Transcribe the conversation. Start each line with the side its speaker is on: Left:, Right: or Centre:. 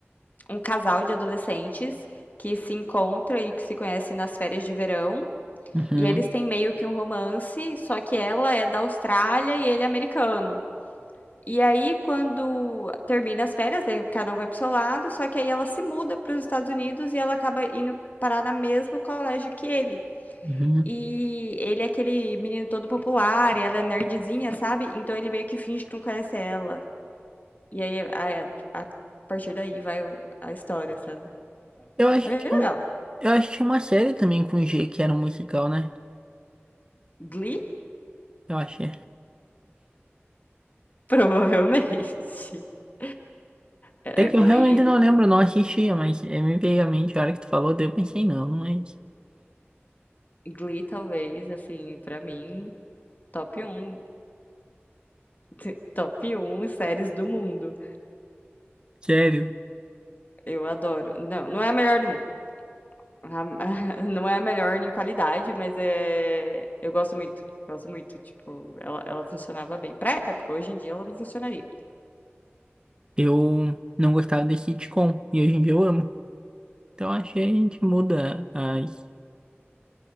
Left: um casal de adolescentes que se encontra e que se conhece nas férias de verão.
Right: Uhum,
Left: E eles têm meio que um romance, só que ela é da Austrália e ele é americano. E aí, quando termina as férias, né, cada um vai pro seu lado, só que aí ela se muda para os Estados Unidos e ela acaba indo parar no mesmo colégio que ele.
Right: uhum.
Left: E ele é aquele menino todo popular, e ela é nerdzinha, sabe? Então ele meio que finge que não conhece ela. E aí, a, a- a partir daí vai o- a história, sabe?
Right: Eu acho
Left: É bem
Right: que eu,
Left: legal.
Right: eu acho que tinha uma série também com G que era um musical, né?
Left: Glee?
Right: Eu achei.
Left: Provavelmente. <laughs> É,
Right: É É que
Left: Glee,
Right: eu realmente não lembro, não assistia, mas é, me veio à mente a hora que tu falou, daí eu pensei, não, não é isso.
Left: Glee talvez, assim, pra mim, top um <laughs> top um séries do mundo.
Right: Sério,
Left: Eu adoro. Não, não é a melhor do mundo. <laughs> Não é a melhor em qualidade, mas é. Eu gosto muito. Gosto muito. Tipo, ela, ela funcionava bem. Pra época, hoje em dia ela não funcionaria.
Right: eu não gostava desse sitcom e hoje em dia eu amo. Então acho que a gente muda as.